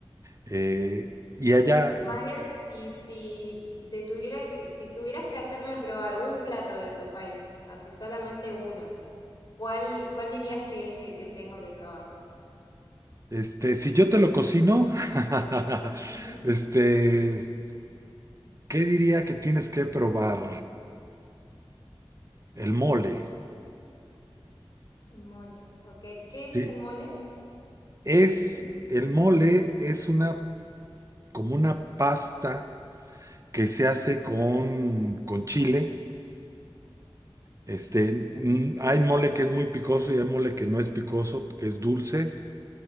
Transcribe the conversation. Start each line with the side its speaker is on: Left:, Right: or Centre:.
Right: Eh, y allá,
Left: Mario, y si te tuviera, que- si tuvieras que hacerme probar un plato de tu país, así solamente uno, ¿cuál, cuál dirías que es el que tengo que probar?
Right: Este, si yo te lo cocino, <laughs>
Left: Ujú.
Right: este, ¿qué diría que tienes que probar? El mole,
Left: El mole, ok. ¿Qué es
Right: ¿sí?
Left: el mole?
Right: Es,
Left: Mm.
Right: el mole es una, como una pasta que se hace con, con chile. Este, mm, hay mole que es muy picoso y hay mole que no es picoso, que es dulce.